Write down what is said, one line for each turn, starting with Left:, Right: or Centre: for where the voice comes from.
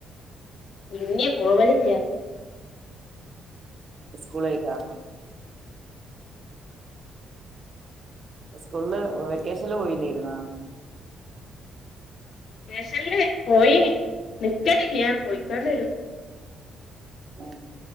Left: ല്ല്യ പോവലില്ല
Right: സ്കൂളായിട്ട സ്കൂള്ല് വെക്കേഷനില് പോയില്ലായിുന്നാ
Left: ക്കേഷനില് പോയിനി നിക്കലില്ല പോയിക്കാണ്ട് വരും
Right: ആ